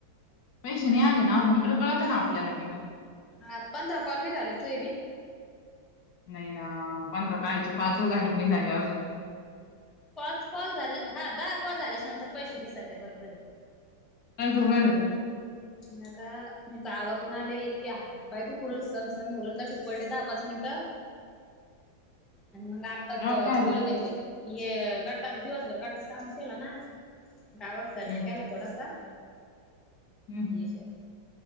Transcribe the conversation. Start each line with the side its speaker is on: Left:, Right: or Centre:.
Left: पैसे नाही आले ना अजून इकडं कळतं ना आपल्याला बी मग.
Centre: हा पंधरा कॉलनी झाले तू बी.
Left: नाही ना पंधरा काळचे पाच अधिक नाही झाले अजून.
Centre: पाच कॉल झाले हा दहा कॉल झाल्या नंतर पैसे दिसत बरोबर.
Left: काय करुर ना राहिला तुम्ही.
Centre: नका मी गावातून आले इतके हात पाय दुखून सण सण उरल तर ठिपलते दहा पाच मिनिटं. आणि मग आत्ता
Left: गावात
Centre: ग
Left: काय
Centre: - गोळीघेतले
Left: आला
Centre: हे गटच दिवसभर गटात काम केलं ना आज गावाात. सर्वे
Left: हम्म,
Centre: काला तथोडासा
Left: हम्म,
Centre: येतात.